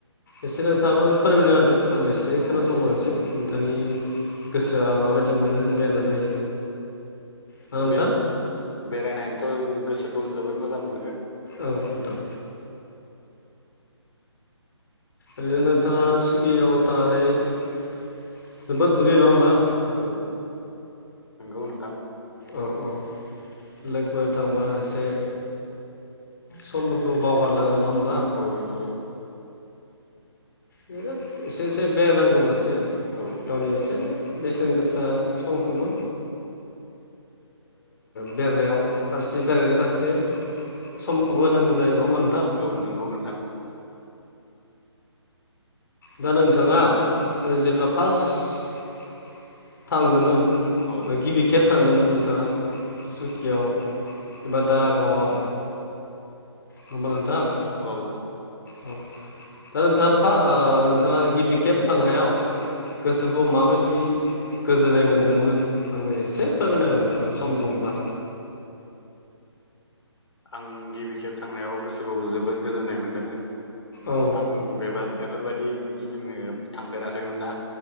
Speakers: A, on the left; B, on the left.
A: एसे नोंथाङाबो फोरमायनो होदो आंबो एसे
B: औ
A: खोनासंलांनोसै नोंथां बिनि गोसोआ माबायदि मोनो बेरायनानै ना नोंथां
B: बे बेरायनानैथ' गोसोखौ जोबोद मोजां मोनो
A: औ नोंथां ओरैनो नोंथाङा सुगियाव थांनानै जोबोद दुगैयो नङा हबा
B: औ नंगौ नोंथां
A: औ औ लोगोफोर थांबा एसे समफोरखौ बावगार लाङो नङा होमबा
B: औ नंगौ
A: बिराद एसे एसे बेरायनांगौ मोनसे
B: औ
A: गावनि एसे बेसेन गोसा समखौबो बेरायनायाव फारसे बेरायनायनि फारसे समखौबो होनांगौ जायो नङा होनबा
B: औ नंगौ नोंथां
A: दा नोंथाङा जेब्ला फार्स्ट थांदोंमोन
B: औ
A: ओ गिबि खेब थांदोंमोन नोंथाङा सुकियाव एबा दारागावआव होनबा नोंथां
B: औ
A: औ दा नोंथाङा फा नोंथाङा गिबि खेब थांनायाव गोसोखौ माबायदि गोजोननाय मोन्दोंमोन आंनो एसे फोरमायनांगौ नोंथांङा सम दंब्ला
B: आं गिबि खेब थांनायाव गोसोखौ जोबोद गोजोननाय मोनदोंमोन
A: औ
B: आं बेबा बेफोरबायादि गिदिंनो थांफेराखैमोन ना